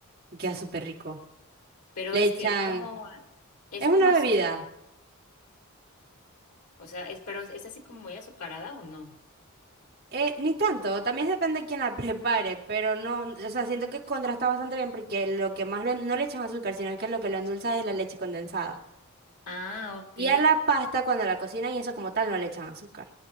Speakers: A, on the right; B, on the left.
A: y queda súper rico.
B: pero
A: Le
B: es
A: echan,
B: que es como, es
A: es
B: como
A: una
B: azúcar,
A: bebida,
B: o sea, es, pero es, es así como muy azucarada o no.
A: eh, ni tanto, también depende de quién la <laughs> prepare, pero no, o sea, siento que contrasta bastante bien porque lo que más lo en- no le echan azúcar, sino que lo que lo endulza es la leche condensada.
B: Ah, ok.
A: Y a la pasta cuando la cocinan y eso como tal no le echan azúcar.